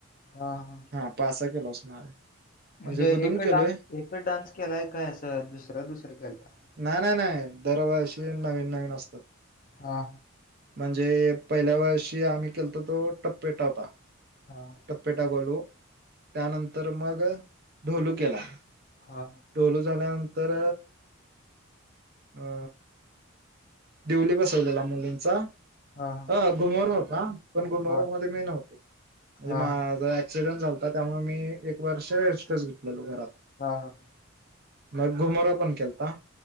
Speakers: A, on the left; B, on the right.
A: हा हा.
B: हा पाच सहा केला असणार.
A: म्हणजे
B: गुदुम
A: एक
B: केलोय
A: डान्स एक डान्स केलाय काय अस दुसरं दुसरे केलता
B: नाही नाही नाही दरवर्षी नवीन नवीन असतात.
A: ह हा.
B: म्हणजे पहिल्या वर्षी आम्ही केलता तो टप्पे टावता.
A: हा.
B: कपेटा गोलू त्यानंतर मग ढोलू केला.
A: हा.
B: ढोलू झाल्यानंतर अ देवली बसवलेला मुलींचा.
A: हा
B: ह घुमरा होता पण घुमरा
A: हा
B: मध्ये मी नव्हतो म्हणजे
A: हा
B: माझ एक्सिडेंट झाता त्यामुळे मी एक वर्ष रेस्ट घेतलेलो घरात.
A: हा हा.
B: मग घुमोरा पण केलता